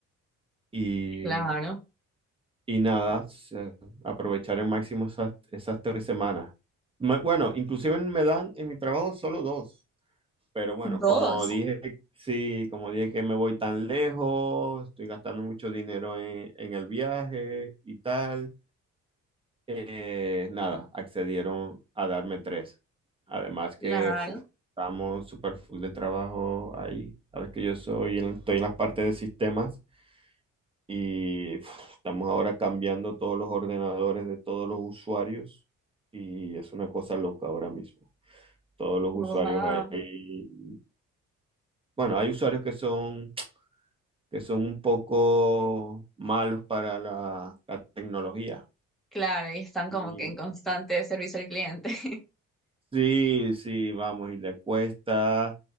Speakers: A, on the right; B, in the centre.
A: Y,
B: Claro,
A: y nada, se- aprovechar al máximo esas, esas tres semanas. Me- Bueno, inclusive me dan en mi trabajo solo dos. Pero bueno,
B: dos,
A: como dije, sí, como dije que me voy tan lejos, estoy gastando mucho dinero en, en el viaje y tal, eh, nada, accedieron a darme tres. Además que
B: claro,
A: uf, estamos súper full de trabajo ahí. Sabes que yo soy, en- estoy en las partes de sistemas y uf, estamos ahora cambiando todos los ordenadores de todos los usuarios y es una cosa loca ahora mismo. Todos los
B: wow,
A: usuarios ahí bueno, hay usuarios que son que son un poco malos para la, la tecnología.
B: claro, y están
A: Y
B: como que en constante servicio al cliente. <laughs>
A: sí, sí, vamos, y le cuesta,